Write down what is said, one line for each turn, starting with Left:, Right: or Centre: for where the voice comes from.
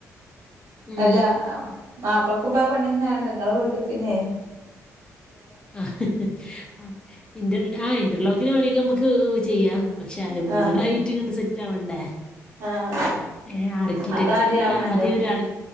Left: ഉം
Right: അല്ല ബാപ്പക്കും ഇപ്പ പണി ഞാ നിങ്ങള് വീട്ട- പിന്നെ
Left: ആ ആ ഇന്ർ ഇന്റർലോക്കിന്റയ് പണി ഒക്കെ നമ്മക്ക് - ക്ക് ചെയ്യാം പക്ഷെ വീടായിട്ട്
Right: ആഹ്
Left: ഇങ്ങ സെ- ഇറ്റ വണ്ടേ <unintelligible>
Right: ആഹ്
Left: ഏ ആർക്കിടെക്ചറിന്
Right: അതാദ്യം ആവണല്ലോ
Left: ആദ്യം ഒരു ആ-